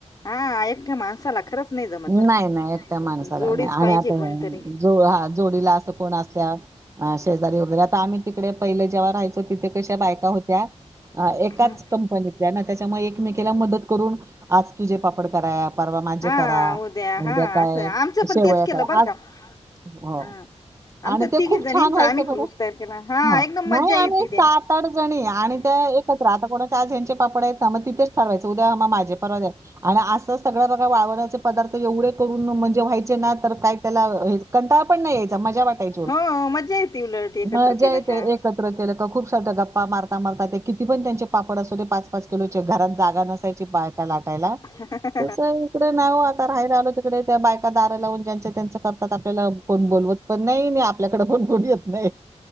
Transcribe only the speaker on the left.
हा एकट्या माणसाला खरंच जमत
बर का
जोडीच
पाहिजे
कोणतरी
हम्म
हा
हा
असं आमचं पण
तेच केलं
बरं
का
हम् आमचा
तिघी
जणींचा
आम्ही
ग्रुप तयार केला हा
एकदम
मज्जा येते
त्याने
हो मज्जा येते उलट एकत्र
केलं
का
ह हह